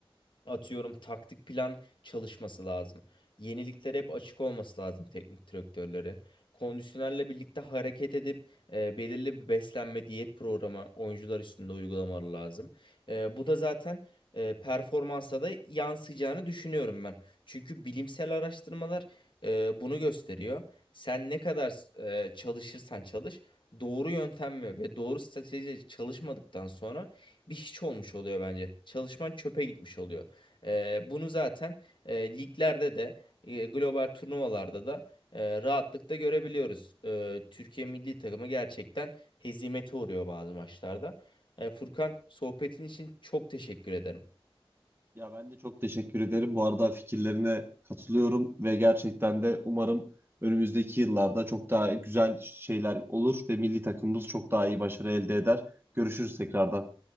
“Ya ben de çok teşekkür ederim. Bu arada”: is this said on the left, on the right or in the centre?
Right